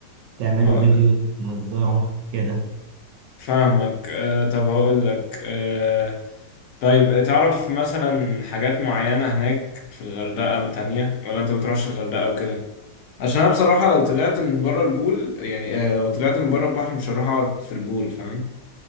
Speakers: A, on the right (about 85°); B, on the left (about 70°).
A: تعملوا
B: آه،
A: فيديو تهزروا كده
B: فاهمك آه طب هقول لك آه طيب تعرف مثلا حاجات معينه هناك في الغردقه تانية ولا انت ما بتروحش الغردقه وكده عشان انا بصراحة لو طلعت من بره البول يعني آه، لو طلعت من بره البحر مش هروح اقعد في البول فاهم